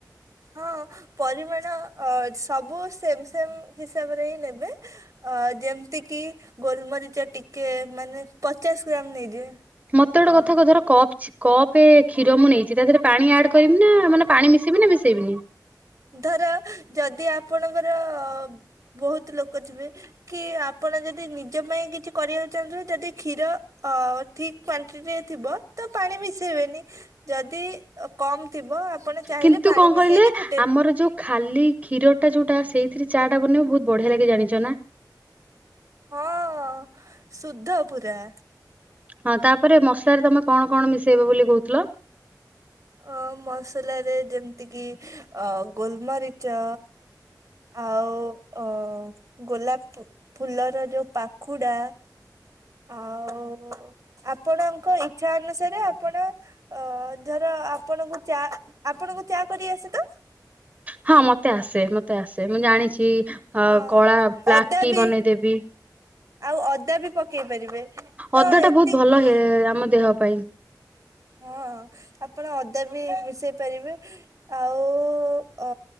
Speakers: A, on the right (about 50°); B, on the right (about 20°).
A: ହଁ ପରିମାଣ ସବୁ ସେମ ସେମ ହିସାବରେ ହିଁ ନେବେ ଅ ଯେମିତି କିି ଗୋଲମରିଚ ଟିକେ ମାନେ ପଚାଶ ଗ୍ରାମ ନେଇଯିବେ।
B: ମତେ ଗୋଟେ
A: ହଁ।
B: କଥା କହୁ ଧର କପ କପ୍ ଏ କ୍ଷୀର ମୁଁ ନେଇଛି ତା ଦେହରେ ପାଣି ଆଡ କରିବି ନା ମାନେ ପାଣି ମିଶେଇବି ନା ମିଶେଇବି? ହୁଁ।
A: ଧର ଯଦି ଆପଣଙ୍କର ବହୁତ ଲୋକ ଥିବେ କି ଆପଣ ଯଦି ନିଜ ପାଇଁ କିଛି କରିବାକୁ ଚାହୁଁ ଯଦି କ୍ଷୀର ଅ ଠିକ କ୍ୟାଣ୍ଟିଟି ଥିବ ତ ପାଣି ମିଶେଇବେନି ଯଦି କମ ଥିବ ଆପଣ ଚାହିଁଲେ
B: କିନ୍ତୁ
A: ପାଣି
B: କଣ
A: ମିଶେଇକି
B: କହିଲେ
A: ଫୁ
B: ଆମର ଯୋଉ ଖାଲି କ୍ଷୀରଟା ଯୋଉଟା ସେଇଥିରେ ଚା ଟା ବନେଇ ବହୁତ ବଢିଆ ଲାଗି ଜାଣିଛ ନା?
A: ହଁ ଶୁଦ୍ଧ ପୁରା।
B: ହଁ ତାପରେ ମସଲାରେ ତମେ କଣ କଣ ମିଶେଇବ ବୋଲି କହୁଥିଲ?
A: ଅ ମସଲାରେ ଯେମିତି କିି ଅ ଗୋଲମରିଚ ଆଉ ଅ ଗୋଲାପ ଫୁଲର ଯୋଉ ପାଖୁଡା ଆଉ ଆପଣଙ୍କ ଇଚ୍ଛା ଅନୁସାରେ ଆପଣ ଅ ଆପଣଙ୍କୁ ଚା ଆପଣଙ୍କୁ ଚା କରି ଆସ ତ?
B: ହଁ ମତେ ଆସେ ମତେ। ମତେ ଆସେ ମୁଁ ଜାଣିଛି
A: ହଁ
B: କଳା ବ୍ଲାକ୍
A: ଅଦା
B: ଟି
A: ବି
B: ବନେଇଦେବି।
A: ଆଉ ଅଦା ବି ପକେଇ ପେଇ ପାରିବେ
B: ଅଦା
A: ତ ଏତିକ
B: ଟା ବହୁତ ଭଲ ହେ ଆମ ଦେହ ପାଇଁ
A: ହଁ ଆପଣ ଅଦା ବି ମିଶେଇ ପାରିବେ ଆଉ ଅ